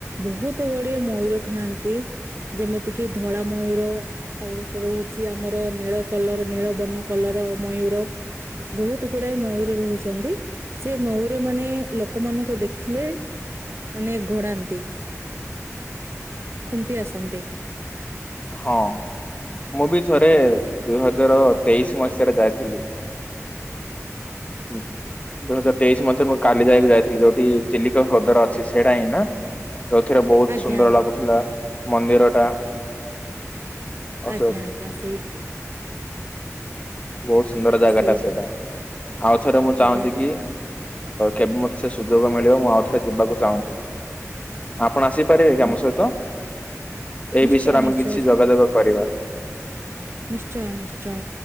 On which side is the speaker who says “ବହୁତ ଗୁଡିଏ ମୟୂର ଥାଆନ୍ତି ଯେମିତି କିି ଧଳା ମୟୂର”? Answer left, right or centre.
Right